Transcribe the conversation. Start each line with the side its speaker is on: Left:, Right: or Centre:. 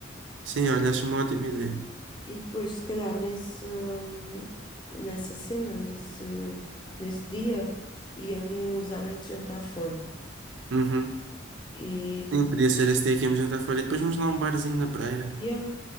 Right: Sim, olha, acho uma ótima ideia.
Left: E depois, se calhar, nesse, hum, nessa cena, nesse, nesse dia, íamos à noite jantar fora.
Right: Uhum.
Left: E depois,
Right: Sim, podia ser esse dia que íamos jantar fora e depois vamos lá a um barzinho na praia.
Left: yeah,